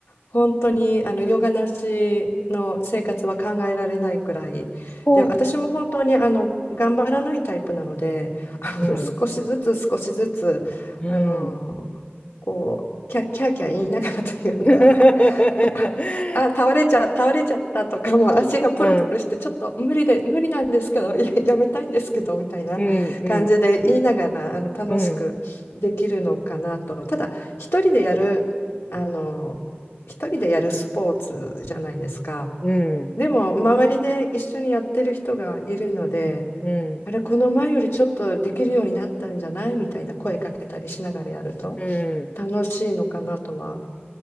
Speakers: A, on the left; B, on the left.
A: 本当にあのヨガなしの生活は考えられないくらいで私も本当にあの頑張らないタイプなのであの少しずつ少しずつあのこうキャッキャーキャー言いながらというか
B: こう。うんうん。<laughs>
A: <laughs> あ倒れちゃ倒れちゃったとかもう足がプルプルしてちょっと無理で無理なんですけどいや、
B: うん。
A: やめたいんですけどみたいな感じで言いながらあの楽しくできるのかなとただ一人でやるあの
B: うん。うん。うん。
A: 一人でやるスポーツじゃないですか。
B: うん。
A: でも、周りで一緒にやってる人がいるので、
B: うん
A: あれ、この前よりちょっとできるようになったんじゃないみたいな声かけたりしながらやると
B: うん
A: 楽しいのかなとは